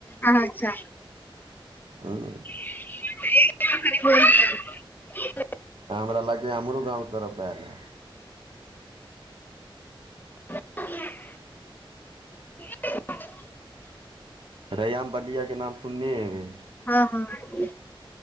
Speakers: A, on the left (about 20°); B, on the right (about 65°).
A: हँ अच्छा
B: हँ
A: <unintelligible>
B: हमरा लागै हमरो गाँंव तरफ एल हन
A: <unintelligible>
B: रैयाम बलिया के नाम सुनने हेबैय
A: हँ हँ